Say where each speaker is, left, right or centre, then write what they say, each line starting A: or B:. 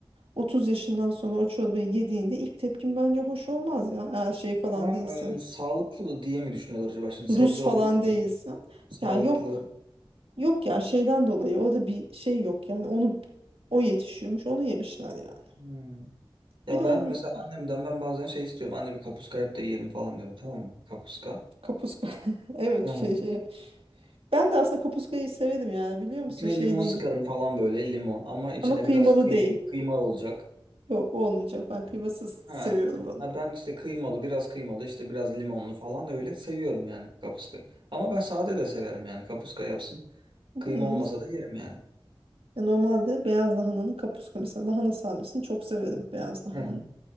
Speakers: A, on the right; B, on the right.
A: 30 yaşından sonra o çorbayı yediğinde ilk tepkin bence hoş olmaz ya. Eğer şey falan
B: Ama
A: değilsen,
B: e, sağlıklı diye mi düşünüyorlar acaba? Şimdi
A: Rus
B: sebze
A: falan
B: olduğu için
A: değilsen.
B: sağlıklı.
A: Ya yok. Yok ya şeyden dolayı orada bir şey yok yani onu o yetişiyormuş onu yemişler yani.
B: Hmm. Ya
A: Bir de onun
B: ben mesela annemden ben bazen şey istiyorum. Anne bir kapuska yap da yiyelim falan diyorum. Tamam mı? Kapuska.
A: kapuska <laughs> evet
B: Hı.
A: şey, şey. Ben de aslında kapuskayı severim yani biliyor musun
B: İçine
A: şey
B: limon
A: değil
B: sıkarım falan böyle limon. Ama içine
A: ama kıymalı
B: biraz kıy-
A: değil.
B: kıyma olacak.
A: Yok olmayacak ben kıymasız
B: Ha.
A: seviyorum onu.
B: Ha ben işte kıymalı biraz kıymalı işte biraz limonlu falan öyle seviyorum yani kapuskayı. Ama ben sade de severim yani kapuska yapsın.
A: <laughs>
B: Kıyma
A: Hı.
B: olmasa da yerim yani.
A: Ya normalde beyaz lahananın kapuska mesela lahana sarmasını çok severim beyaz lahananın.
B: Hı hı.